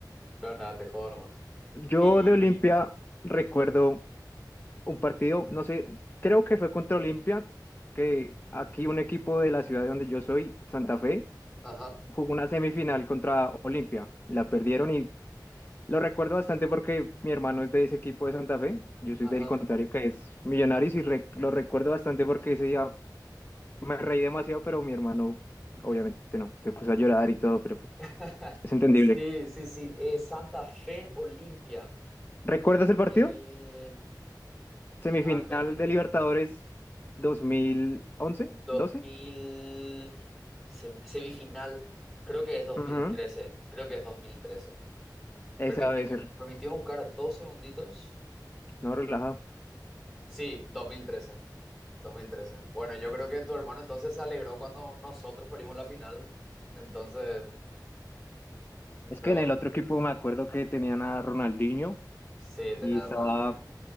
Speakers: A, in the centre; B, on the left.
A: No, nada, te jodo nomás.
B: Yo
A: Y...
B: de Olimpia recuerdo un partido, no sé, creo que fue contra Olimpia, que aquí un equipo de la ciudad de donde yo soy, Santa Fe,
A: Ajá.
B: jugó una semifinal contra Olimpia y la perdieron y lo recuerdo bastante porque mi hermano es de ese equipo de Santa Fe, yo soy
A: Ajá.
B: del contrario que es Millonarios y re- lo recuerdo bastante porque ese día me reí demasiado, pero mi hermano obviamente no, se puso a llorar y todo, pero pues
A: <laughs>
B: es entendible.
A: Sí, sí, sí. Eh, Santa Fe Olimpia.
B: ¿Recuerdas el partido?
A: Eh,
B: Semifinal
A: ah, pel-
B: de Libertadores 2011,
A: 2000,
B: 12.
A: sem- semifinal, creo que es dos
B: Ujú.
A: mil trece, creo que es 2013.
B: Esa
A: Permitime,
B: debe ser,
A: permitime buscar dos segunditos.
B: no relajado.
A: Sí, dos dos mil trece, dos mil trece. Bueno, yo creo que tu hermano entonces se alegró cuando nosotros perdimos la final, entonces, no,
B: Es que en el otro
A: no,
B: equipo
A: no.
B: me acuerdo que tenían a Ronaldinho
A: sí, tener
B: y
A: a
B: estaba
A: Ronaldinho.